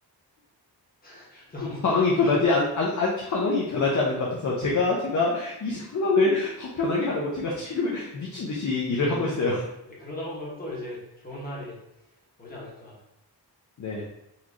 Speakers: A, on the left; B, on the left.
A: <laughs> 너무,
B: 상황이 변하지
A: 너무,
B: 않, 안, 안- 상황이 변하지 않는 것 같아서 제가 제가 이 상황을 확 변하게 하려고 제가 지금 <laughs> 미친 듯이 일을 하고
A: 네.
B: 있어요.
A: 네, 그러다 보면 또 이제 좋은 날이 오지 않을까.
B: 네.